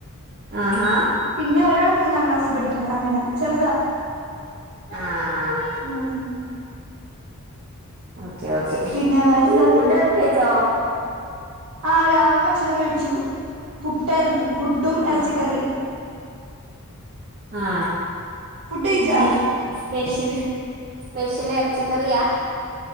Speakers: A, on the right; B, on the right.
A: ആ ഹാ
B: പിന്നെ ഒരാള് മൂന്നാം ക്ലാസ്സിൽ പഠിക്കണ്. അങ്ങനെ ചെറുതാ.
A: ആ ആ
B: ഉം
A: അ ക്കെ ഓക്കെ
B: പിന്നെ വേറെന്താ
A: ഫുഡൊക്കെ കഴിച്ചോ?
B: ആ രാവിലെ ഭക്ഷണം കഴിച്ചു പുട്ടായിരുന്നു. പുട്ടും ഇറച്ചിക്കറി
A: ആഹ് ആ
B: ഫുഡ് കഴിച്ചാ
A: പിന്നെ സ്പെഷ്യൽ സ്പെഷ്യൽ ഇറച്ചിക്കറിയാ